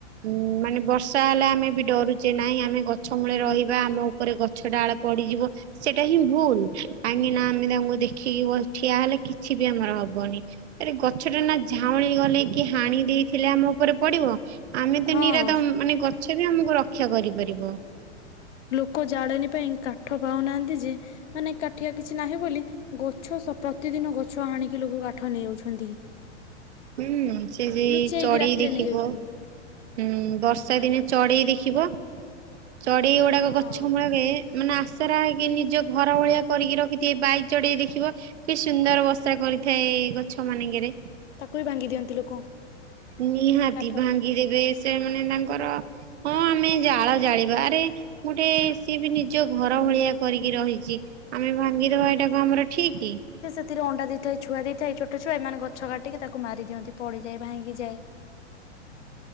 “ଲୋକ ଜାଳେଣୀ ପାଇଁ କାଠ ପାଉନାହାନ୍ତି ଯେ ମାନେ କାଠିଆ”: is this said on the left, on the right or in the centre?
Left